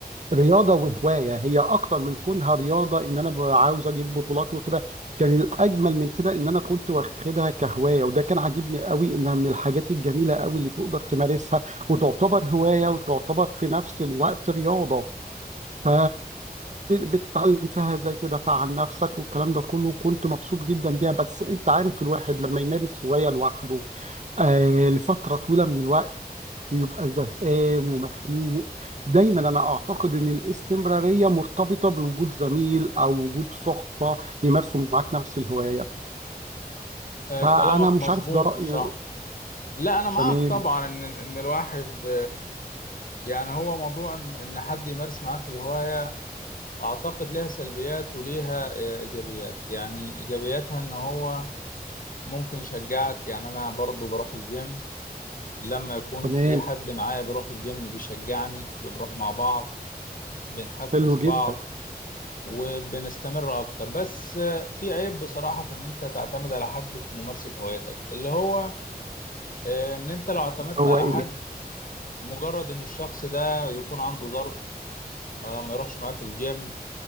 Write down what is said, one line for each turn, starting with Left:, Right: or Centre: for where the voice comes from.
Right: رياضة وهواية هي أكتر من كونها رياضة إن أنا ب- عاوز أجيب بطولات وكده كان الأجمل من كده إن أنا كنت واخدها كهواية وده كان عاجبني قوي إنها من الحاجات الجميلة قوي اللي تقدر تمارسها وتعتبر هواية وتعتبر في نفس الوقت رياضة ف بتتعلم فيها زي كده فعن نفسك والكلام ده كله كنت مبسوط جدا بيها بس انت عارف الواحد لما يمارس هواية لوحده آه لفترة طويلة من الوقت بيبقى زهقان ومخنوق دايما انا اعتقد ان الاستمرارية مرتبطة بوجود زميل او وجود صحبة يمارسوا معاك نفس الهواية
Left: آه،
Right: فانا
Left: كلامك
Right: مش
Left: مظبوط
Right: عارف ده رأيي
Left: صح لا انا معاك
Right: تمام
Left: طبعا ان ان الواحد يعني هو موضوع ان إن حد يمارس معاك الهوايه اعتقد لها سلبيات وليها آه، ايجابيات يعني ايجابياتها ان هو ممكن يشجعك يعني انا برضو بروح الجيم لما يكون
Right: تمام
Left: في حد معايا بيروح الجيم بيشجعني بنروح مع بعض بنحفز
Right: حلو
Left: بعض
Right: جدا
Left: وبنستمر اكتر بس آه، في عيب بصراحه في ان انت تعتمد على حد في ممارسه هوايتك اللي هو آه، ان انت لو اعتمدت
Right: هو
Left: على
Right: ايه
Left: حد مجرد ان الشخص ده يكون عنده ظرف آه، ما يروحش معاك الجيم